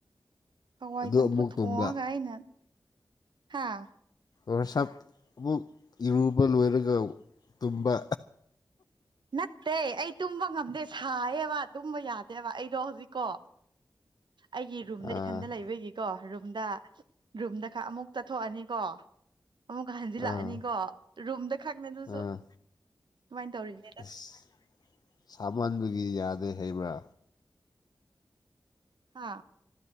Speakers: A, on the right; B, on the left.
A: ꯍꯋꯥꯏ
B: ꯑꯗꯨ
A: ꯆꯝꯐꯨꯠ
B: ꯑꯃꯨꯛ
A: ꯊꯣꯡꯉꯒ
B: ꯇꯨꯝꯕ
A: ꯑꯩꯅ ꯍꯥꯥ
B: ꯋꯥꯁꯞ ꯑꯃꯨꯛ ꯏꯔꯨꯕ ꯂꯣꯏꯔꯒ ꯇꯨꯝꯕ
A: ꯅꯠꯇꯦ ꯑꯩ ꯇꯨꯝꯕ ꯉꯝꯗꯦ ꯁꯥꯏꯌꯦꯕ ꯇꯨꯝꯕ ꯌꯥꯗꯦꯕ ꯑꯩꯗꯣ ꯍꯧꯖꯤꯛꯀꯣ ꯑꯩꯒꯤ ꯔꯨꯝꯗ
B: ꯑꯥ
A: ꯏꯊꯟꯗ ꯂꯩꯕꯒꯤꯀꯣ ꯔꯨꯝꯗ ꯔꯨꯝꯗ ꯈꯛ ꯑꯃꯨꯛ ꯆꯠꯊꯣꯛꯑꯅꯤꯀꯣ ꯑꯃꯨꯛꯀ ꯍꯟꯖꯤꯜꯂꯛꯑꯅꯤꯀꯣ
B: ꯑꯥ
A: ꯔꯨꯝꯗ ꯈꯛꯅꯦ ꯑꯗꯨꯁꯨ
B: ꯑꯥ
A: ꯗꯨꯃꯥꯏ ꯇꯧꯔꯤꯅꯦ
B: ꯑꯁ ꯁꯥꯃꯟꯕꯒꯤ ꯌꯥꯗꯦ ꯍꯩꯕ꯭ꯔꯥ
A: ꯍꯥ